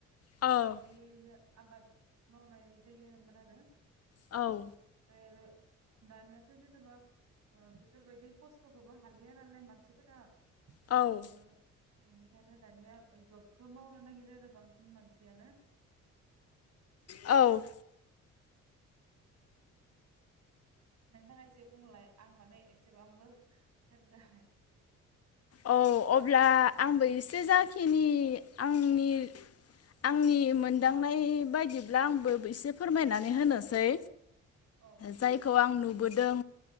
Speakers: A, on the right; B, on the left.
A: बिफोर
B: औ
A: बायदियैनो आबाद मावनाय जायोमोन आरो।
B: औ
A: <unintelligible> दानियाथ' जेनेबा बेफोरबायदि खस्थ' खस्थ'खौबो हालिया नालाय मानसिफोरा
B: औ
A: ओ बेनिखायनो दानिया जबखौ मावनो नागिरो। बांसिन मानसियानो
B: औ
A: नोंथाङा एसे बुंलाय आं माने एसेबांबो होनदों
B: औ अब्ला आंबो एसे जाखिनि आंनि आंनि मोनदांनाय बायदिब्ला आंबो एसे फोरमायनानै होनोसै।
A: औ
B: जायखौ आं नुबोदों।